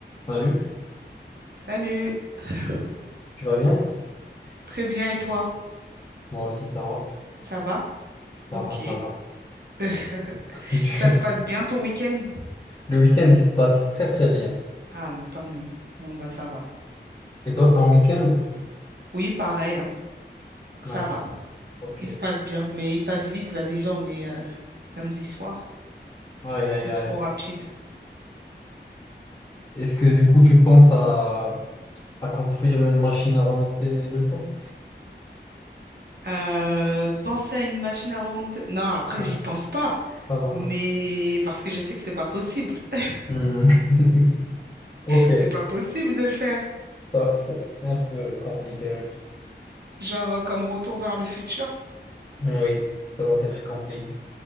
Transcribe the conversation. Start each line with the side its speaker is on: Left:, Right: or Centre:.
Left: Salut,
Right: Salut. <laughs>
Left: tu vas bien?
Right: Très bien, et toi?
Left: Moi aussi, ça va.
Right: Ça va?
Left: Ça
Right: Ok.
Left: va, ça va.
Right: <laughs>
Left: <laughs>
Right: Ça se passe bien ton week-end?
Left: Le week-end, il se passe très, très bien.
Right: Ah bon, tant mieux. Bon, bah ça va.
Left: Et toi, ton week-end?
Right: Oui, pareil, hein. Ça
Left: Nice.
Right: va.
Left: Ok.
Right: Il se passe bien, mais il passe vite. Là, déjà, on est euh, samedi soir.
Left: Aïe, aïe,
Right: C'est
Left: aïe.
Right: trop rapide.
Left: Est-ce que du coup, tu penses à, à construire une machine à remonter le temps?
Right: Euh, penser à une machine à remonter. Non, après,
Left: Ouais,
Right: j'y pense pas.
Left: pas encore.
Right: Mais parce que je sais que c'est pas possible. <laughs>
Left: Hmm. <laughs> Ok.
Right: C'est pas possible de le faire.
Left: Ça, c'est c'est un peu compliqué, je crois.
Right: Genre, euh, comme retour vers le futur.
Left: Hmm, Oui, ça doit être compliqué.